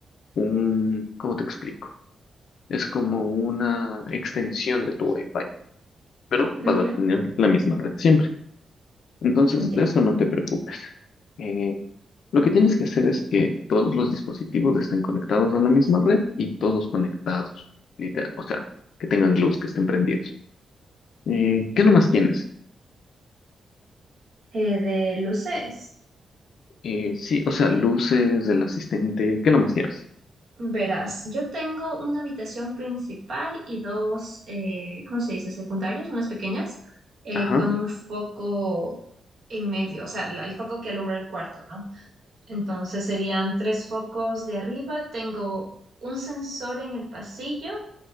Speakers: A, on the left; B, on the right.
A: un, ¿cómo te explico? es como una extensión de tu Wi-Fi, pero vas
B: Ujú,
A: a tener la misma red siempre. Entonces,
B: Ya.
A: de eso no te preocupes. Eh, lo que tienes que hacer es que todos los dispositivos estén conectados a la misma red y todos conectados, literal, o sea, que tengan luz, que estén prendidos. Eh, ¿qué nomás tienes?
B: Eh, de luces.
A: Eh, sí, o sea, luces, el asistente, ¿qué nomás tienes?
B: Verás, yo tengo una habitación principal y dos, eh, ¿cómo se dice? Secundarias, unas pequeñas, eh,
A: Ajá,
B: con un foco en medio, o sea, la- el foco que alumbra el cuarto, ¿no? Entonces serían tres focos de arriba. Tengo un sensor en el pasillo.